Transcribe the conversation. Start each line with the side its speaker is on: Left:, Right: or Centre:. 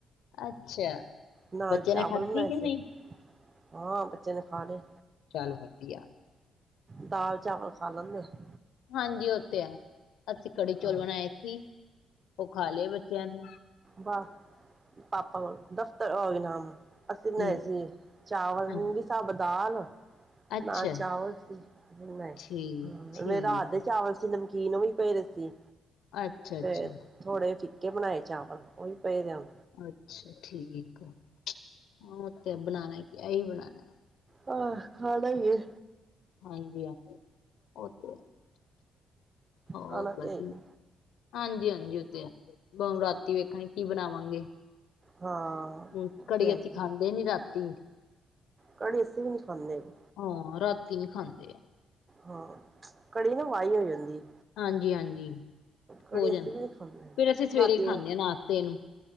Left: ਅੱਛਾ।
Right: ਨਾਲ
Left: ਬੱਚੇ
Right: ਚਾਵਲ
Left: ਨੇ ਖਾਧੀ
Right: ਬਣਾਏ
Left: ਕਿ
Right: ਸੀ।
Left: ਨਹੀਂ
Right: ਹਾਂ, ਬੱਚੇ ਨੇ ਖਾ ਲਿਆ।
Left: ਚੱਲ ਵਧੀਆ
Right: ਦਾਲ ਚਾਵਲ ਖਾ ਲੈਂਦੇ ਆ।
Left: ਹਾਂਜੀ, ਉਹ ਤੇ ਹੈ। ਅਸੀਂ ਕੜੀ
Right: ਹਾਂ
Left: ਚੌਲ ਬਣਾਏ ਸੀ। ਉਹ ਖਾ ਲਿਆ ਬੱਚਿਆਂ ਨੇ।
Right: ਵਾਹ! ਪਾਪਾ ਕੋਲੋਂ ਦਫ਼ਤਰ ਵੀ ਨਾਮ ਅਸੀ ਬਣਾਏ
Left: ਹਮ
Right: ਸੀ, ਚਾਵਲ,
Left: ਹਾਂਜੀ
Right: ਮੂਗ ਸਾਭਤ ਦਾਲ
Left: ਅੱਛਾ
Right: ਨਾਲ ਚਾਵਲ ਸੀ, ਮੇਰਾ
Left: ਠੀਕ ਠੀਕ
Right: ਰਾਤ ਦੇ ਚਾਵਲ ਸੀ। ਕੀ ਨੂੰ ਵੀ ਪਏ ਦੇਸੀ।
Left: ਹੈ ਅੱਛਾ ਅੱਛਾ
Right: ਫ ਥੋੜੇ ਫਿੱਕੇ ਬਣਾਏ ਚਾਵਲ। ਉਹ ਵੀ ਪਏ ਦੇ ਹੁਣ
Left: ਅੱਛਾ, ਠੀਕ ਐ। ਤੇ ਬਣਾਣਾ ਐਹੀ ਬਣਾਣਾ।
Right: ਆਹ! ਖਾਣਾ ਹੀ ਹੈ।
Left: ਹਾਂਜੀ-ਹਾਂਜੀ। ਉਹ ਤੇ ਹੋਰ
Right: ਖਾਣਾ
Left: ਵਧੀਆ।
Right: ਤੇ ਹੈ ਹੀ ਏ
Left: ਹਾਂਜੀ- ਹਾਂਜੀ ਉੱਥੇ ਆ। ਰਾਤੀ ਵੇਖਾਂਗੇ ਕੀ ਬਣਾਵਾਂਗੇ।
Right: ਹਾਂ।
Left: ਹਾਂ,
Right: ਉਹ
Left: ਕੜੀ
Right: ਤੇ ਹੈ
Left: ਅਸੀਂ
Right: ਹੀ
Left: ਖਾਂਦੇ ਨੀ ਰਾਤੀ।
Right: ਕੜੀ ਅਸੀ ਵੀ ਨੀ ਖਾਉਂਦੇਗੇ।
Left: ਹਾਂ ਰਾਤੀ ਨੀ ਖਾਂਦੇ ਆ।
Right: ਹਾਂ ਕੜੀ ਨਾ ਵਹੀ ਹੋ ਜਾਂਦੀ।
Left: ਹਾਂਜੀ-ਹਾਂਜੀ
Right: ਕੜੀ
Left: ਹੋ ਜਾਂਦੀ
Right: ਅਸੀਂ ਵੀ ਨੀ
Left: ਹੈ,
Right: ਖਾਂਦੇ
Left: ਫਿਰ ਅਸੀਂ ਸਵੇਰੇ
Right: ਰਾਤੀ
Left: ਖਾਂਦੇ ਹਾਂ ਨਾਸ਼ਤੇ ਨੂੰ